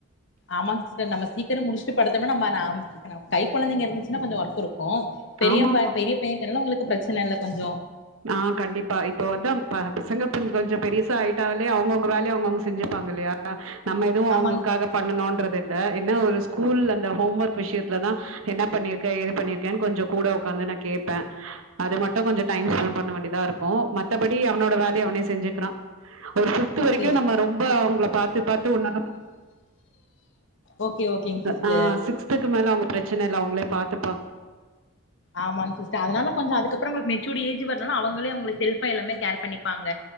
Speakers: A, on the left; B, on the right.
A: ஆமாங் சிஸ்டர் சீக்கிர முடிச்சுட்டு படுத்தம்னா நம்ம நாம் இப்ப நமக் கை கொழந்தைங்க இருந்துச்சுனா கொஞ்ச ஒர்க் இருக் கு பெரியம்ப
B: ஆமா
A: பெரிய பையங்குறனால உங்களுக்கு பிரச்சன இல்ல கொஞ்ச
B: ஆஹ் கண்டிப்பா இப்போ வந் பசங்கஞ கொஞ்ச பெருசா ஆயிட்டாலே அவங்கவுங்க வேலைய அவங்கவுங்க செஞ்சுப்பாங்க இல்லையா நம்ம எதுவும் அவங்களுக்காக
A: ஆமாங்க சிஸ்
B: பண்ணணுறதில்லா இல்ல என்ன ஒரு ஸ்கூல் அந்த ஹோம் ஒர்க் விஷயத்துல தா என்ன பண்ணிருக்க எது பண்ணிருக்கனு கொஞ்சோ கூட உக்காந்து நா கேப்பே அது மட்டு கொஞ்ச டைம் ஸ்பென் வேண்டிதா இருக்கு மத்தாபடி அவனோட வேலைய அவன செஞ்சுக்கிறா ஒரு பிப்த் வரைக்கும்
A: ஓகே ஓ
B: நம்ம ரொம்ப அவங்கள பாத்து பாத்து ஒன்னொன்னு
A: ஓகே ஓகேங்
B: <unintelligible>
A: சிஸ்டர்
B: ஆஹ் சிக்ஸ்துக்கு மேல அவங்க பிரச்சனை இல்ல அவங்களே பாத்து
A: ஆமாங்க சிஸ்டர் அதனால கொஞ்சோ அதுக்கப்பறோ மெச்சூடு ஏஜ் <unintelligible> அவங்களே அவங்களுக்கு செல்ஃபா எல்லாமே கேர் பண்ணிப்பாங்க